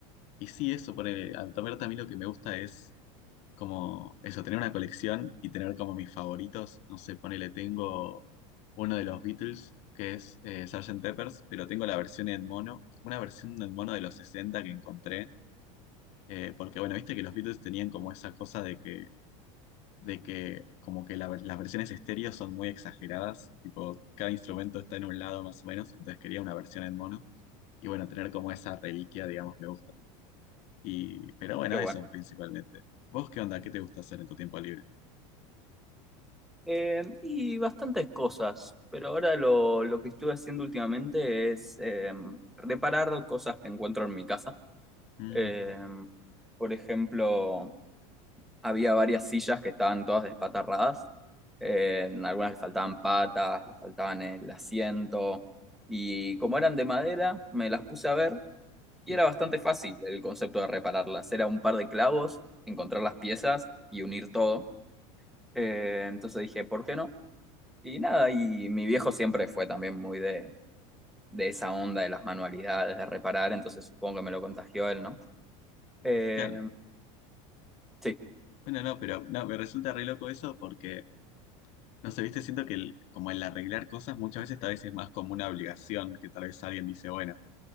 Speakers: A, on the left; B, in the centre.
A: y sí, eso, ponele, a ver, también lo que me gusta es como eso, tener una colección y tener como mis favoritos, no sé, ponele, tengo uno de los Beatles que es eh, Sgt. Pepper's, pero tengo la versión en mono, una versión en mono de los 60 que encontré, eh, porque bueno, viste que los Beatles tenían como esa cosa de que de que como que la ver- las versiones estéreo son muy exageradas, tipo cada instrumento está en un lado más o menos, entonces quería una versión en mono y bueno, tener como esa reliquia, digamos, me gusta. Y, pero bueno,
B: Qué bueno.
A: eso principalmente. ¿Vos qué onda? ¿Qué te gusta hacer en tu tiempo libre?
B: Eh, y bastantes cosas, pero ahora lo, lo que estuve haciendo últimamente es eh, reparar cosas que encuentro en mi casa.
A: Mm,
B: Eh, por ejemplo, había varias sillas que estaban todas despatarradas. Eh, algunas le faltaban patas, le faltaban el asiento. Y como eran de madera, me las puse a ver y
A: mm,
B: era bastante fácil el concepto de repararlas. Era un par de clavos, encontrar las piezas y unir todo. Eh, entonces dije, ¿por qué no? Y nada, y mi viejo siempre fue también muy de, de esa onda de las manualidades, de reparar, entonces supongo que me lo contagió él, ¿no? Eh,
A: claro.
B: sí,
A: Bueno, no, pero no, me resulta re loco eso porque, no sé, viste, siento que el- como el arreglar cosas muchas veces tal vez es más como una obligación, que tal vez alguien dice, bueno.